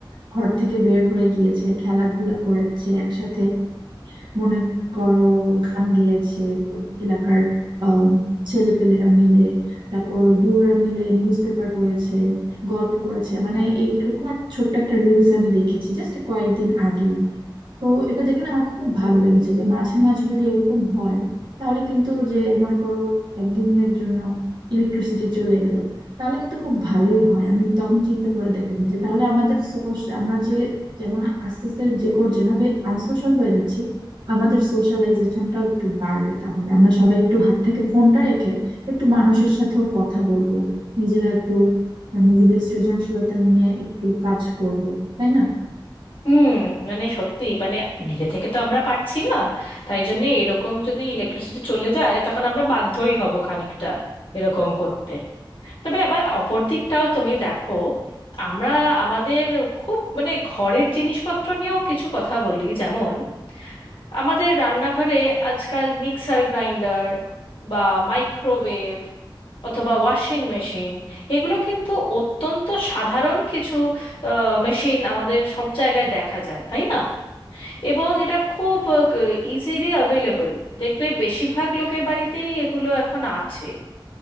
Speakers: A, on the right; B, on the left.
A: ঘর থেকে বের হয়ে গিয়েছে খেলাধুলা করেছে একসাথে মনে করো গান গেয়েছে এলাকার আহ ছেলেপেলেরা মিলে তারপর বুড়োরা মিলে নিউজ পেপার পড়েছে গল্প করেছে মানে এই এরকম একটা ছোট্ট একটা রিলস আমি দেখেছি জাস্ট কয়েকদিন আগে তো এটা দেখে না আমার খুব ভালো লেগেছে যে মাঝে মাঝে যদি এরকম হয় তাহলে কিন্তু যে মনে করো একদিনের জন্য ইলেকট্রিসিটি চলে গেল তাহলে কিন্তু খুব ভালোই হয় আমি তখন চিন্তা করে দেখলাম যে তাহলে আমাদের সোশ্যাল আমরা যে যেমন আস্তে আস্তে যে কর- যেভাবে আনসোশ্যাল হয়ে যাচ্ছি আমাদের সোশ্যালাইজেশনটাও একটু বাড়বে তাহলে আমরা সবাই একটু হাত থেকে ফোনটা রেখে একটু মানুষের সাথেও কথা বলবো নিজেরা একটু আহ, নিজেদের সৃজনশীলতা নিয়ে একটু কাজ করব তাই না
B: হুম মানে সত্যি মানে নিজে থেকে তো আমরা পারছি না তাই জন্য এরকম যদি ইলেকট্রিসিটি চলে যায় তখন আমরা বাধ্যই হব খানিকটা এরকম করতে তবে আবার অপর দিকটাও তুমি দেখো আমরা আমাদের খুব মানে ঘরের জিনিসপত্র নিয়েও কিছু কথা বলি যেমন আমাদের রান্নাঘরে আজকাল মিক্সার গ্রাইন্ডার বা মাইক্রোওয়েভ অথবা ওয়াশিং মেশিন এগুলো কিন্তু অত্যন্ত সাধারণ কিছু মেশিন আমাদের সব জায়গায় দেখা যায় তাই না এবং এটা খুব ইজিলি অ্যাভেলেবল দেখবে বেশিরভাগ লোকের বাড়িতেই এগুলো এখন আছে